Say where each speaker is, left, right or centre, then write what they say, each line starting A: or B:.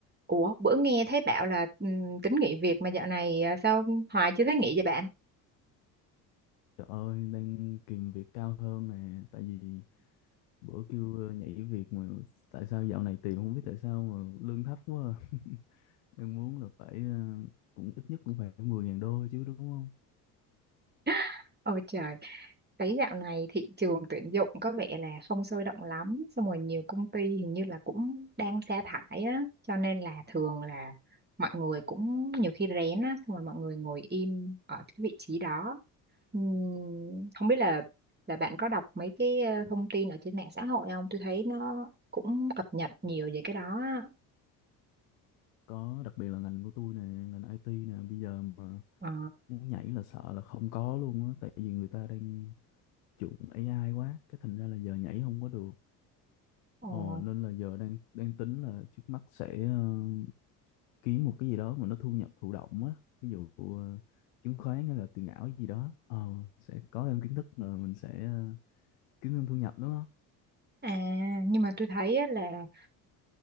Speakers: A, on the right; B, on the left.
A: Ủa, bữa nghe thấy bảo là ừm, tính nghỉ việc mà dạo này à, sao Hoài chưa thấy nghỉ vậy bạn?
B: Trời ơi, đang kìm việc cao hơn nè, tại vì bữa kêu ờ, nhảy việc mà tại sao dạo này tìm không biết tại sao mà lương thấp quá. à. <laughs> Đang muốn là phải ờ, cũng ít nhất cũng phải mười ngàn đô chứ đúng không?
A: <laughs> Ôi trời, thấy dạo này thị trường tuyển dụng có vẻ là không sôi động lắm, xong rồi nhiều công ty hình như là cũng đang sa thải á, cho nên là thường là mọi người cũng nhiều khi rén á, xong rồi mọi người ngồi im ở cái vị trí đó. Ừm, không biết là là bạn có đọc mấy cái ờ, thông tin ở trên mạng xã hội không? Tôi thấy nó cũng cập nhật nhiều về cái đó. á.
B: Có đặc biệt là ngành của tôi nè, ngành IT nè, bây giờ mà
A: Ờ,
B: muốn nhảy là sợ là không có luôn á, tại vì người ta đang chuộng AI quá, cái thành ra là giờ nhảy không có được.
A: ờ,
B: Ồ nên là giờ đang đang tính là trước mắt sẽ ờ, kiếm một cái gì đó mà nó thu nhập thụ động á ví dụ ờ, chứng khoán hay là tiền ảo gì đó ờ, sẽ có thêm kiến thức rồi mình sẽ ờ, kiếm thêm thu nhập đúng không
A: À, nhưng mà tôi thấy á là